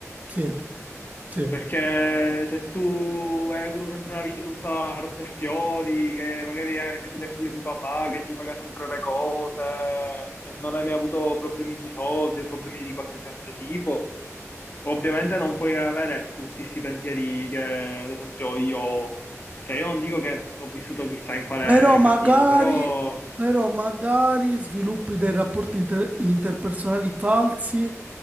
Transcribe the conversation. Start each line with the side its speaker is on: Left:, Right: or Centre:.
Right: Sì, sì.
Left: Perché se tu hai avuto sempre una vita tutta rose e fiori, che magari eh, sei pure figlio di papà, che ti paga sempre le cose, e non hai mai avuto problemi di soldi o problemi di qualsiasi altro tipo, ovviamente non puoi avere tutti questi pensieri che, ad esempio, io ho. Cioè, io non dico che ho vissuto chissà in quale
Right: Però magari,
Left: casino, però...
Right: però magari sviluppi dei rapporti inter- interpersonali falsi